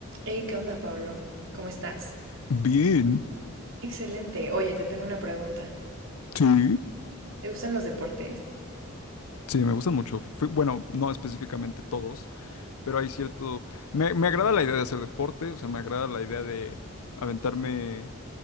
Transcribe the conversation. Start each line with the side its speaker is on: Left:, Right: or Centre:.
Right: Hey, ¿qué onda, Pablo? ¿Cómo estás?
Left: Bien,
Right: Excelente. Oye, te tengo una pregunta.
Left: sí,
Right: ¿Te gustan los deportes?
Left: sí, me gustan mucho. Fui- bueno, no específicamente todos, pero hay cierto... Me, me agrada la idea de hacer deporte, o sea, me agrada la idea de aventarme